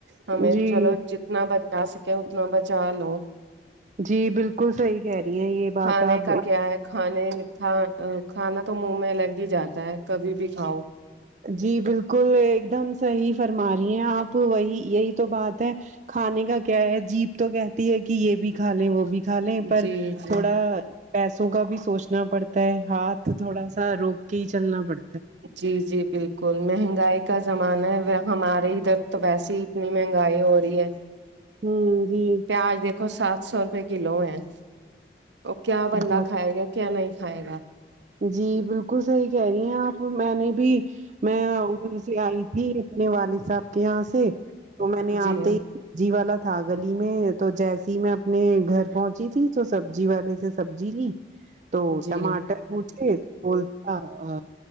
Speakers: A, on the right; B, on the right.
A: ہمیں
B: جی
A: چلو جتنا بچا سکے اتنا بچا لو
B: جی بالکل صحیح کہہ رہی ہیں یہ بات
A: کھانے
B: آپ
A: کا کیا ہے کھانے کھ کھانا تو منہ میں لگ ہی جاتا ہے کبھی بھی کھاؤ
B: جی بالکل ایک دم صحیح فرما رہی ہیں آپ وہی یہی تو بات ہے کھانے کا کیا ہے جیپ تو کہتی ہے کہ یہ بھی کھا لیں وہ بھی کھلے پر
A: جی جی
B: تھوڑا پیسوں کا بھی سوچنا پڑتا ہے ہاتھ تھوڑا سا آ روک کے ہی چلنا پڑ
A: جی جی بالکل مہنگائی کا زمانہ ہے وے ہمارے ادھر تو ویسے ہی اتنی مہنگائی ہو رہی ہے
B: ہاں جی
A: پیاز دیکھو سات سو روپئے کلو ہے وہ کیا بندہ
B: بہت
A: کھائے گا کیا نہیں کھائے گا
B: جی بالکل صحیح کہہ رہی ہیں آپ میں نے بھی میں ادھر سے آئی تھی اپنے والد صاحب کے یہاں سے تو میں نے
A: جی
B: آتے ہی جی والا تھا گلی میں تو جیسی ہی میں اپنے گھر پہنچی تھی تو سبزی والے سے سبزی لی تو
A: جی
B: ٹماٹر پوچھے بولتا آ